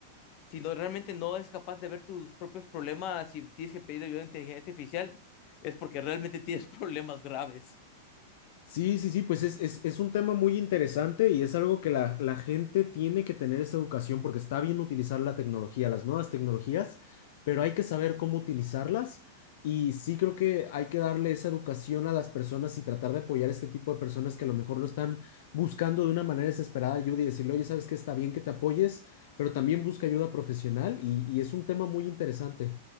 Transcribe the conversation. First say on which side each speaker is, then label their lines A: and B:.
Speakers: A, on the left (about 35°); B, on the left (about 55°).
A: Si no, realmente no es capaz de ver tus propios problemas y tienes que pedir ayuda a la inteligencia artificial, es porque realmente tienes <laughs> problemas graves.
B: Sí, sí, sí, pues es, es, es un tema muy interesante y es algo que la, la gente tiene que tener esa educación porque está bien utilizar la tecnología, las nuevas tecnologías, pero hay que saber cómo utilizarlas y sí creo que hay que darle esa educación a las personas y tratar de apoyar a este tipo de personas que a lo mejor lo están buscando de una manera desesperada ayuda y decirle, oye, sabes que está bien que te apoyes, pero también busca ayuda profesional y, y es un tema muy interesante.